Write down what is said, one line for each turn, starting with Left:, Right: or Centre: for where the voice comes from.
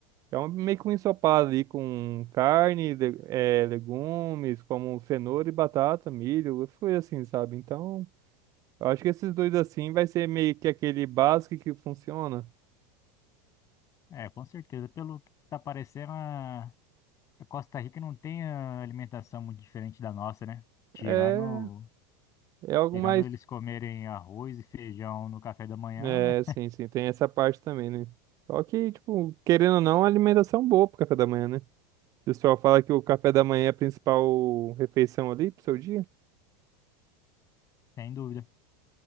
Right: É um, meio que um ensopado ali com carne, le- eh, legumes, como cenoura e batata, milho, essas coisas assim, sabe? Então, eu acho que esses dois assim vai ser meio que aquele básico que funciona.
Left: É, com certeza. Pelo que tá parecendo, a A Costa Rica não tem ah, alimentação muito diferente da nossa, né? Tirando,
Right: É, é algo
Left: tirando
Right: mais.
Left: eles comerem arroz e feijão no café da manhã,
Right: É, sim, sim, tem essa parte também, né? Só que, tipo, querendo ou não, a alimentação é boa pro café da manhã, né? O pessoal fala que o café da manhã é a principal refeição ali pro seu dia.
Left: <laughs> sem dúvida.